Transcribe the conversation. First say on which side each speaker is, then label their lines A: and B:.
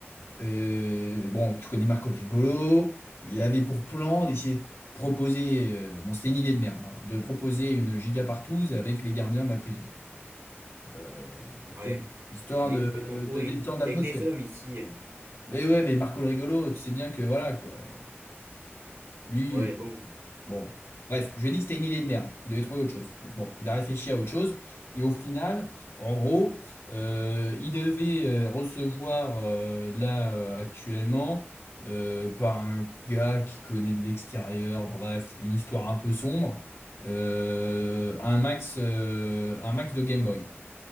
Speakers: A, on the left; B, on the right.
A: Euh, bon, tu connais Marco le Rigolo. Il avait pour plan d'essayer de proposer, euh, bon, c'était une idée de merde, hein, de proposer une giga partouze avec les gardiens de la prison. Euh,
B: Ouais,
A: tu vois, histoire
B: il il
A: de,
B: est complètement pourri.
A: de détendre l'atmosphère.
B: Il y a que des hommes ici.
A: Mais ouais, mais Marco le Rigolo, tu sais bien que voilà, quoi. Lui.
B: Ouais, bon,
A: Bon, bon. bref, je lui ai dit que c'était une idée de merde, qu'il devait trouver autre chose. Donc bon, il a réfléchi à autre chose, et au final, en gros, euh, il devait euh, recevoir euh, là euh, actuellement euh, par un gars qui connaît de l'extérieur, bref, une histoire un peu sombre, euh, un max, euh, un max de Game Boy.